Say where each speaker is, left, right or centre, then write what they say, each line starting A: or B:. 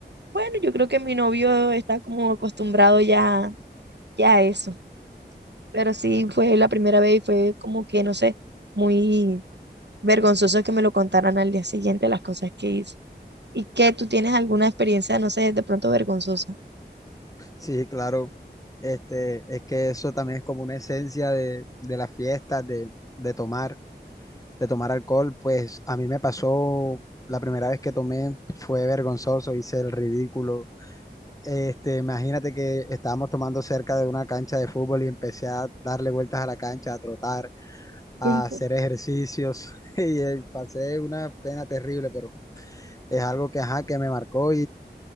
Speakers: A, on the right; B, on the left.
A: bueno, yo creo que mi novio está como acostumbrado ya, ya a eso. Pero sí, fue la primera vez y fue como que, no sé, muy vergonzoso que me lo contaran al día siguiente las cosas que hice. ¿Y que tú tienes alguna experiencia, no sé, de pronto vergonzosa?
B: sí, claro. Este, es que eso también es como una esencia de, de las fiestas, de, de tomar, de tomar alcohol. Pues a mí me pasó la primera vez que tomé, fue vergonzoso, hice el ridículo. Este, imagínate que estábamos tomando cerca de una cancha de fútbol y empecé a darle vueltas a la cancha, a trotar, a
A: <laughs>
B: hacer ejercicios <laughs> y eh, pasé una pena terrible, pero es algo que, ajá, que me marcó